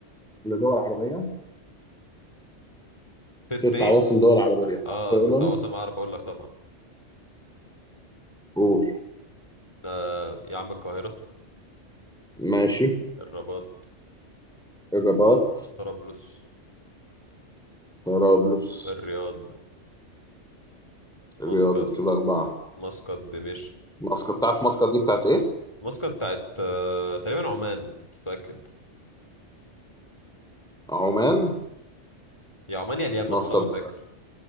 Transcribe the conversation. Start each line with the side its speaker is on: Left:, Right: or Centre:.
Centre: لدول عربية
Left: ست
Centre: ست
Left: ايه
Centre: عواصم دول عربية تعرف
Left: اه
Centre: تقولهم
Left: ست عواصم اعرف اقول لك طبعا
Centre: قول
Left: آه يا عم القاهرة
Centre: ماشي
Left: الرباط
Centre: الرباط
Left: طرابلس
Centre: طرابلس
Left: الرياض
Centre: الرياض
Left: مسقط
Centre: دي كده أربعة
Left: مسقط دمشق
Centre: مسقط تعرف مسقط دي بتاعت إيه؟
Left: مسقط بتاعت آه تقريبا عمان مش متأكد
Centre: عمان
Left: يا عمان يا اليمن
Centre: مسقط
Left: والله ما
Centre: بتاعت
Left: فاكر